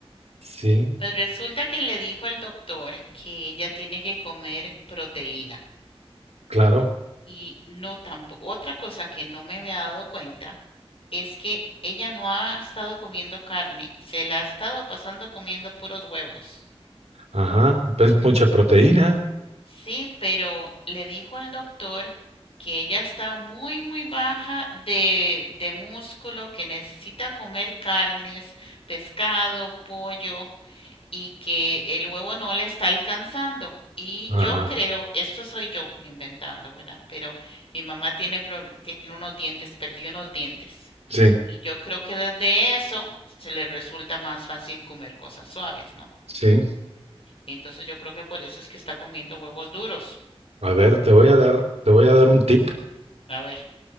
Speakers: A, on the right; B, on the left.
A: sí,
B: Pues resulta que le dijo el doctor que ella tiene que comer proteína.
A: claro.
B: Y no tampoco, otra cosa que no me había dado cuenta es que ella no ha estado comiendo carne, se la ha estado pasando comiendo puros huevos.
A: Ajá, pues mucha proteína.
B: Sí, pero le dijo al doctor que ella está muy, muy baja de, de músculo, que necesita comer carnes, pescado, pollo y que el huevo no le está alcanzando. Y
A: Ajá,
B: yo creo, esto soy yo inventando, ¿verdad? Pero mi mamá tiene, prob- tiene unos dientes, perdió unos dientes.
A: sí,
B: Y yo creo que desde eso se le resulta más fácil comer cosas suaves, ¿no?
A: sí.
B: Entonces yo creo que por eso es que está comiendo huevos duros.
A: A ver, te voy a dar, te voy a dar un tip.
B: A ver.